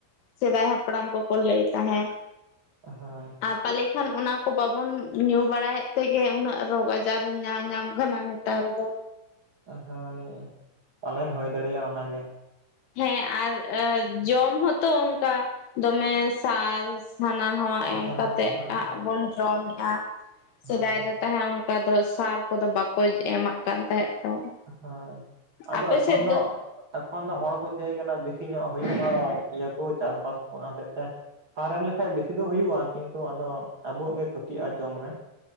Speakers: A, on the left (about 70°); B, on the right (about 55°).
A: ᱥᱮᱫᱟᱭ ᱦᱟᱯ ᱦᱟᱯᱲᱟᱢ ᱠᱚ-ᱠᱚ ᱞᱟᱹᱭ ᱛᱟᱦᱮᱸᱫ
B: ᱦᱚᱭ
A: ᱟᱨ ᱛᱟᱦᱟᱞᱮ ᱠᱷᱟᱱ ᱚᱱᱟ ᱠᱚ ᱵᱟᱵᱚᱱ ᱧᱩ ᱵᱟᱲᱟᱭᱮᱫ ᱛᱮᱜᱮ ᱩᱱᱟᱹᱜ ᱨᱳᱜᱽ ᱟᱡᱟᱨᱼᱼᱼ ᱧᱟ ᱧᱟᱢ ᱠᱟᱱᱟ ᱱᱮᱛᱟᱨ ᱫᱚ!
B: ᱦᱚᱭ ᱯᱟᱞᱮᱱ ᱦᱩᱭ ᱫᱟᱲᱮᱭᱟᱜᱼᱟ ᱚᱱᱟ ᱜᱮ
A: ᱦᱮᱸ ᱟᱨ ᱟᱹ ᱡᱚᱢ ᱦᱚᱸᱛᱚ ᱚᱱᱠᱟ ᱫᱚᱢᱮ ᱥᱟᱨ ᱦᱟᱱᱟ ᱱᱟᱣᱟ ᱮᱢ
B: ᱦᱳᱭ
A: ᱠᱟᱛᱮᱜ
B: ᱦᱳᱭ
A: ᱟᱜ ᱵᱚᱱ ᱡᱚᱢᱮᱜᱼᱟ
B: ᱦᱳᱭ
A: ᱥᱮᱫᱟᱭ ᱫᱚ ᱛᱟᱦᱮᱸᱱ ᱚᱱᱠᱟ ᱫᱚ ᱥᱟᱨ ᱠᱚᱫᱚ ᱵᱟᱠᱚ ᱮᱢᱟᱜ ᱠᱟᱱ ᱛᱟᱦᱮᱸᱜ ᱛᱚ
B: ᱦᱚᱭ, ᱟᱫᱚ
A: ᱟᱯᱮ
B: ᱮᱠᱷᱚᱱ
A: ᱥᱮᱫ
B: ᱫᱚ ᱮᱠᱷᱚᱱ ᱫᱚ ᱦᱚᱲ ᱠᱚ ᱪᱟᱹᱭ ᱠᱟᱱᱟ ᱵᱮᱥᱤ ᱧᱚᱜ ᱦᱩᱭᱩᱜᱼᱟ ᱢᱟ ᱤᱭᱟᱹ ᱠᱚ ᱪᱟᱥ-ᱵᱟᱥ ᱚᱱᱟ ᱦᱚᱛᱮᱜ ᱛᱮ ᱥᱟᱨ ᱮᱢ ᱞᱮᱠᱟᱱᱡ ᱵᱮᱥᱤ ᱫᱚ ᱦᱩᱭᱩᱜᱼᱟ ᱠᱤᱱᱛᱩ ᱟᱫᱚ ᱟᱵᱚᱣᱟᱜ ᱜᱮ ᱠᱷᱚᱛᱤᱜᱼᱟ ᱡᱚᱢ ᱨᱮ